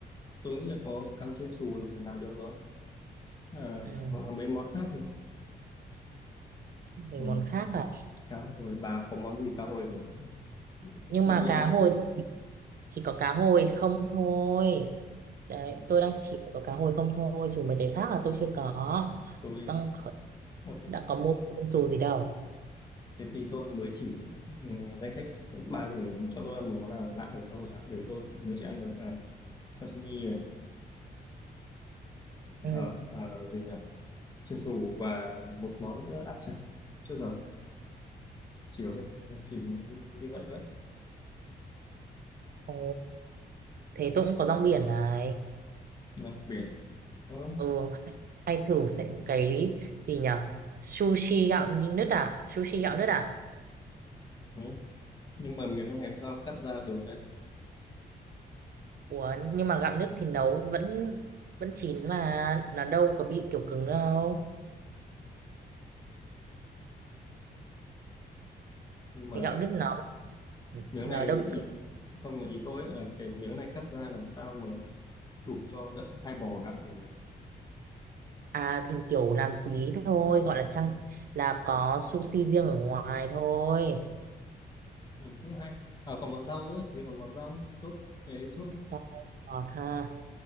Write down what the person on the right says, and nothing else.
ừ
mình
món khác à
nhưng
mà
cá
hồi tôi chỉ có cá hồi không thôi đấy
tôi đang chỉ có cá hồi không thôi chứ mấy cái khác là tôi chưa có
đang kh-
đã có mua trên xù gì đâu
ừ.
ồ thế tôi cũng có rong biển này
ừ hay, hay thử sẽ cái gì nhở sushi gạo nứt à sushi gạo nứt à
ủa nhưng mà gạo nứt thì nấu vẫn vẫn chín mà nó đâu có bị kiểu cứng đâu
cái gạo nứt nó
nó
đâu bị
cứng
À thì kiểu làm tí thôi gọi là trang là có sushi riêng ở ngoài thôi
rau ngọt ha